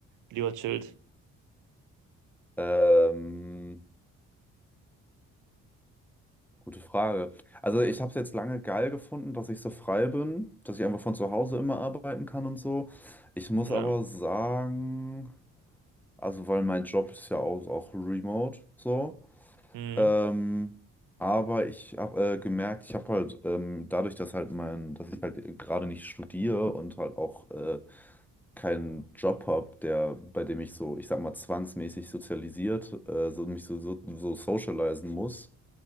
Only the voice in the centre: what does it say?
Ähm, gute Frage. Also ich habe es jetzt lange geil gefunden, dass ich so frei bin, dass ich einfach von zu Hause immer arbeiten kann und so. Ich muss
aber sagen, also weil mein Job ist ja auch, auch remote so.
Ähm, aber ich habe äh, gemerkt, ich habe halt ähm, dadurch, dass halt mein, dass ich halt gerade nicht studiere und halt auch äh, keinen Job habe, der, bei dem ich so, ich sag mal, zwangsmäßig sozialisiert, äh, so mich so, so, so socialisen muss,